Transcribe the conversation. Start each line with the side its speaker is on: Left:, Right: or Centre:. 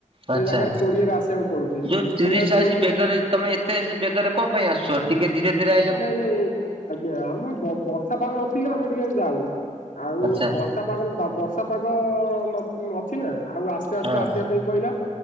Right: ଆଚ୍ଛା।
Left: ସେଇ ଜାଗାରେ କୋଡିଏରେ ଆସିବାକୁ ପଡୁଛି। କାହିଁକିନା
Right: ଯୋଉ ତିରିଶ ଚାଳିଶ
Left: କୋଉ
Right: ବେଗରେ ତମେ ଏତେ ବେଗରେ କଁ ପାଇଁ ଆସୁଛ ଟିକେ ଧୀରେ ଧୀରେ ଆ
Left: ନାଇଁ ନାଇଁ ଆଜ୍ଞା ଆମ ବ ବର୍ଷା ପାଗ ନଥିଲେ ଆମେ ଟିକେ ଯାଉ ଆଉ
Right: ଆଚ୍ଛା
Left: ବର୍ଷ ବର୍ଷା ପାଗଲ ବର୍ଷା ପାଗ ନ ଅଛି ନା ଆଉ ଆସ୍ତେ ଆସ୍ତେ
Right: ହଁ।
Left: ଆସିବା ପାଇଁ ପିଇଲା।